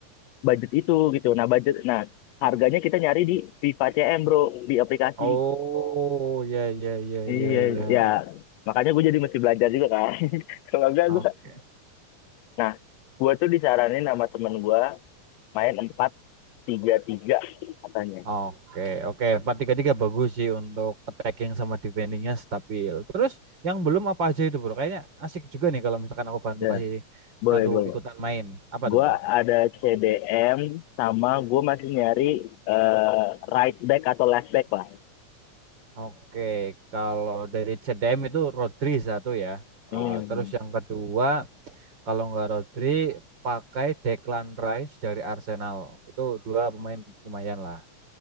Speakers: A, on the left; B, on the right.
A: budget itu gitu. Nah, budget nah harganya kita nyari di Viva CM, Bro, di aplikasi.
B: Oh, ya ya ya ya
A: Iya,
B: ya.
A: ya. Makanya gue jadi mesti belajar juga kan. <laughs> Kalau enggak
B: Oke.
A: gue nah, gue tuh disaranin sama temen gue main empat tiga tiga katanya.
B: Oke, oke. Empat tiga tiga bagus sih untuk attacking sama defendingnya stabil. Terus yang belum apa aja itu bro? Kayaknya asik juga nih kalau misalkan aku bantu
A: Ya,
B: kasih
A: boleh,
B: bantu
A: boleh.
B: ikutan main. Apa
A: Gue
B: tuh bro?
A: ada CDM sama gue masih nyari eh, right back atau left back lah.
B: Oke, kalau dari CDM itu Rodri satu ya.
A: Hmm.
B: Eh, terus yang kedua, kalau nggak Rodri, pakai Declan Rice dari Arsenal. Itu dua pemain lumayan lah.